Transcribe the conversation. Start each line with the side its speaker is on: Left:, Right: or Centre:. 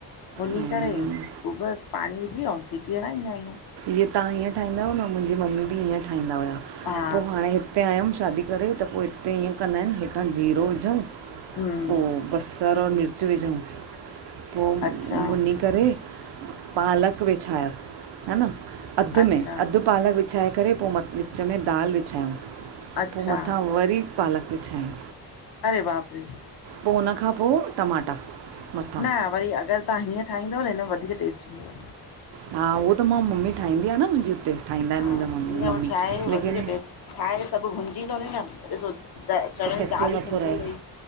Left: भुनी
Right: हम्म,
Left: करे पोइ बसि पाणी विझी ऐं सिटी हणाईंदा आहियूं।
Right: हे तव्हां हीअं ठाहींदा आहियो न मुंहिंजी मम्मी बि हीअं ठाहींदा हुया।
Left: हा
Right: पोइ हाणे हिते आयमि शादी करे त पोइ हुते ईीअं कंदा आहिनि हेठां जीरो विझूं
Left: हम्म
Right: पोइ बसरु और मिर्च विझूं पोइ
Left: अच्छा
Right: भुञी करे पालक विछाया हा न, अधु
Left: अच्छा
Right: में अधु पालक विछाए करे पोइ म विच में दाल विछायूं।
Left: अच्छा
Right: पो मथां वरी पालक विछाईयू।
Left: अड़े बाप रे।
Right: पो हुन खां पो टमाटा मथां
Left: न वरी अगरि तव्हां हीअं ठाहींदव न हिन में वधीक टेस्ट इंदव।
Right: हा उहो त मां मम्मी ठाहींदी आ न मुंजी हुते ठाहींदा
Left: हा
Right: आहिन मुंजा ममी
Left: ईअं
Right: मम्मी
Left: छा आहे
Right: लेकिन
Left: वधीक टेस्ट छा आहे सभु भूजीं तोनी नम ॾिसो त चणनि
Right: कचो
Left: जी दाल बि
Right: नथो
Left: भुंजी
Right: रहे
Left: वई,